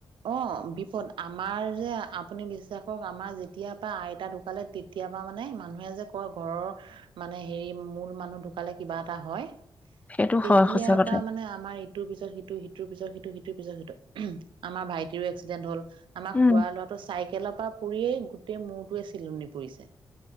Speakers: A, on the right; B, on the left.
A: অ বিপদ আমাৰ যে আপুনি বিশ্বাস কৰক আমাৰ যেতিয়াৰ আইতা ঢুকালে তেতিয়াৰ পৰা মানে মানুহে যে কয় ঘৰৰ মানে হেৰি মূল মানুহ ঢুকালে কিবা এটা হয়
B: সেইটো
A: তেতিয়াৰ
B: হয় সঁচা কথা
A: পৰা মানে আমাৰ ইটোৰ পিছত সিটো সিটো সিটোৰ পিছত সিটো সিটোৰ পিছত সিটো। আমাৰ ভাইটিৰো এক্সিডেণ্ট হ'ল। আমাৰ
B: উম
A: খুৰা লৰাটোৰ চাই তেলৰ পৰা পৰিয়েই গোটেই মূৰটোৱে চিলনি পৰিছে।